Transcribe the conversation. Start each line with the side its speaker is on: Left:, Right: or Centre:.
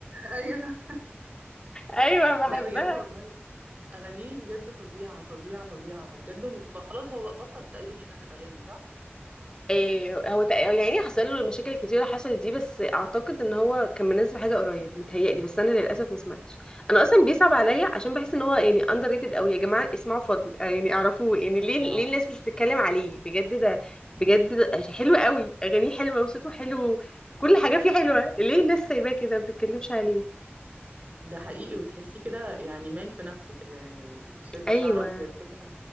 Right: ايوه
Left: ايوه بحبها
Right: لا بجد والله اغانيه بجد فظيعه فظيعه فظيعه بجد م- خلاص هو بطل تقريبا ينزل اغاني صح
Left: إيه هو تق- هو يعني حصل له مشاكل كتيرة حصلت دي بس اعتقد ان هو كان منزل حاجة قريب متهيألي بس انا للاسف ما سمعتش انا اصلا بيصعب عليا عشان بحس ان هو يعني اندر ريتد قوي يا جماعة اسمعوا فضل آه، يعني اعرفوه يعني ليه ليه
Right: اه
Left: الناس مش بتتكلم عليه بجد ده بجد ده حلو قوي اغانيه حلوة وصوته حلو كل حاجة فيه حلوة ليه الناس سايباه كده ما بتتكلمش عليه
Right: ده حقيقي وتحسيه كده يعني مان في نفسه كده يعني شويه
Left: ايوه
Right: شعر ابيض كده